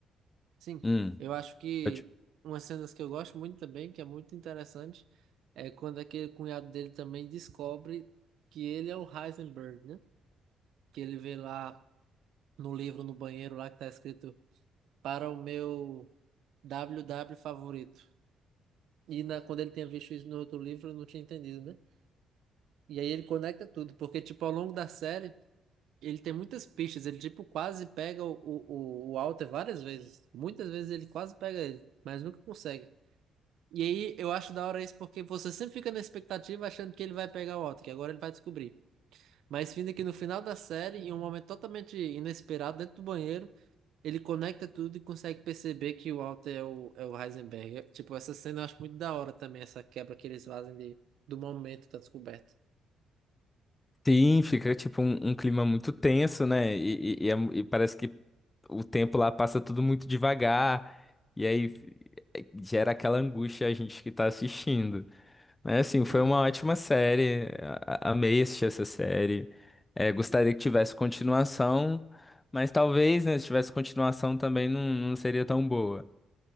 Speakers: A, on the right; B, on the left.
A: Sim.
B: hum,
A: Eu acho que
B: pode
A: umas cenas que eu gosto muito também, que é muito interessante, é quando aquele cunhado dele também descobre que ele é o Heisenberg, né? Que ele vê lá. no livro, no banheiro lá que tá escrito para o meu WW favorito. E na, quando ele tinha visto isso no outro livro, ele não tinha entendido, né? E aí ele conecta tudo, porque, tipo, ao longo da série, ele tem muitas pistas. Ele, tipo, quase pega o, o, o Walter várias vezes. Muitas vezes ele quase pega ele, mas nunca consegue. E aí eu acho da hora isso porque você sempre fica na expectativa achando que ele vai pegar o Walter, que agora ele vai descobrir. Mas vindo aqui no final da série, em um momento totalmente inesperado, dentro do banheiro, Ele conecta tudo e consegue perceber que o Walter é o, é o Heisenberg. Eu- Tipo, essa cena eu acho muito da hora também, essa quebra que eles fazem de, do momento da descoberta.
B: Sim, fica tipo um, um clima muito tenso, né? E, e- e é mu- e parece que o tempo lá passa tudo muito devagar, e aí eh, gera aquela angústia a gente que tá assistindo. Mas assim, foi
A: Uhum.
B: uma ótima série, a- a- amei assistir essa série. Eh, gostaria que tivesse continuação, mas talvez, né, se tivesse continuação também não, não seria tão boa.